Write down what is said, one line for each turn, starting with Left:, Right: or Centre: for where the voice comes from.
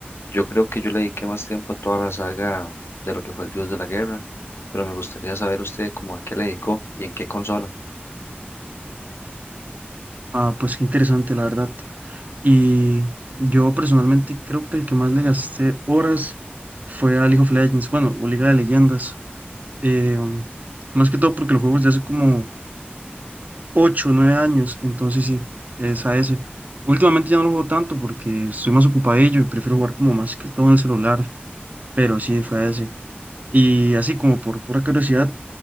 Left: Yo creo que yo le dediqué más tiempo a toda la saga de lo que fue el Dios de la Guerra, pero me gustaría saber usted cómo a qué le dedicó y en qué consola.
Right: Ah, pues qué interesante, la verdad. Y yo personalmente creo que el que más le gasté horas fue a League of Legends, bueno, o Liga de Leyendas. Eh, um, más que todo porque los juegos de hace como 8 o 9 años, entonces sí, es a ese. Últimamente ya no lo juego tanto porque estoy más ocupadillo y prefiero jugar como más que todo en el celular, pero sí, fue a ese. Y así como por pura curiosidad,